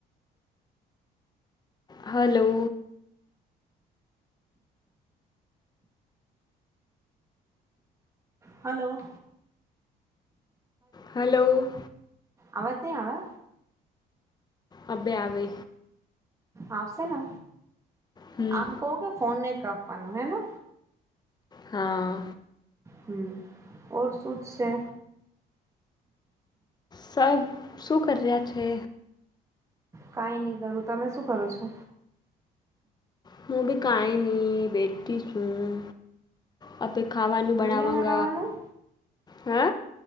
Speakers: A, on the left; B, on the right.
A: હલો.
B: હલો.
A: હલો.
B: અવાજ નઈ આવે.
A: અબે આવે.
B: આપશે ને
A: હમ
B: આમ કું કે ફોન નહી કાપવાનું હે ને.
A: હા.
B: હમ્મ ઓર શું છે.
A: સબ શું કર્યા છે.
B: કઈ નહી કરું તમે શું કરો છો.
A: હું બી કઈ ની બેઠી છું. આપણે ખાવાનું બનાવગ
B: નહી બનાવાનું
A: હ.